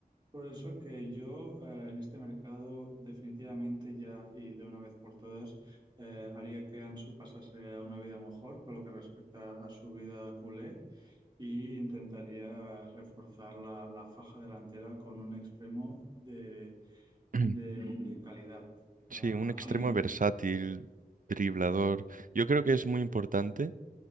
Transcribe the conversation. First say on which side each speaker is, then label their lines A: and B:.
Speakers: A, on the right; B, on the right.
A: Por eso que yo eh, en este mercado definitivamente ya y de una vez por todas eh, haría que Ansu pasase a una vida mejor con lo que respecta a su vida culé y intentaría reforzar la, la faja delantera con un extremo de,
B: <clears throat>
A: de- de calidad. Ah,
B: Sí, un extremo
A: ah,
B: versátil,
A: <laughs>
B: driblador. Yo creo que es muy importante